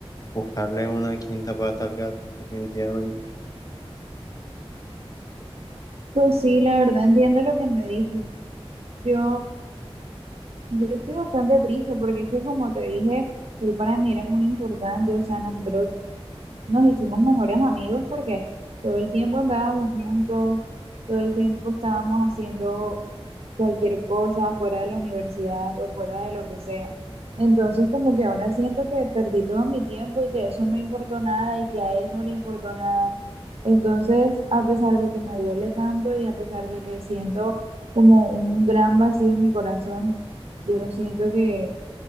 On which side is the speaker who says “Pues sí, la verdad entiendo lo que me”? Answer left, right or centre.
Right